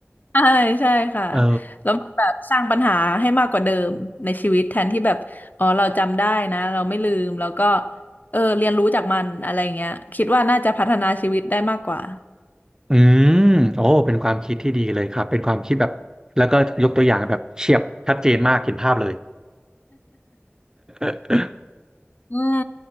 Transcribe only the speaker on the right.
เออ
อืมโอ้เป็นความคิดที่ดีเลยครับเป็นความคิดแบบแล้วก็ยกตัวอย่างแบบเฉียบชัดเจนมากเห็นภาพเลย <coughs>